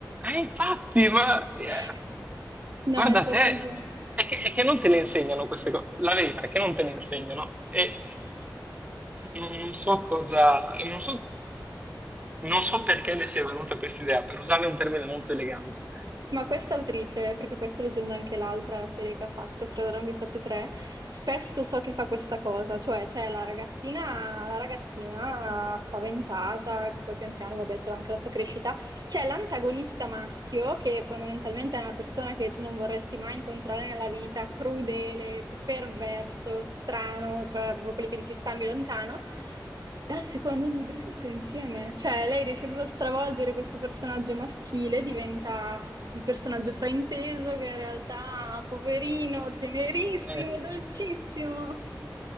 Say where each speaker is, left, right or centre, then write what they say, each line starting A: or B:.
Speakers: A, on the right (about 20°); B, on the right (about 65°).
A: eh, infatti, ma
B: <laughs>
A: eh,
B: No,
A: guarda
B: è terribile.
A: te, è che, è che non te le insegnano queste cose. La verità è che non te le insegnano. E non, non so cosa, non so, non so
B: <laughs>
A: perché ne sia venuta questa idea, per usare un termine molto elegante.
B: Ma questa autrice, perché poi sto leggendo anche l'altra serie che ha fatto, credo ne abbia fatte tre, spesso so che fa questa cosa, cioè c'è la ragazzina, la ragazzina spaventata, che poi pian piano, vabbè, c'è anche la sua crescita, c'è l'antagonista maschio, che fondamentalmente è una persona che tu non vorresti mai incontrare nella vita, crudele, perverso, strano, cioè proprio quelli che dici stammi lontano. Dal secondo libro si mettono insieme, cioè lei riesce proprio a stravolgere questo personaggio maschile, diventa il personaggio frainteso che in realtà, poverino, tenerissimo,
A: Eh,
B: dolcissimo.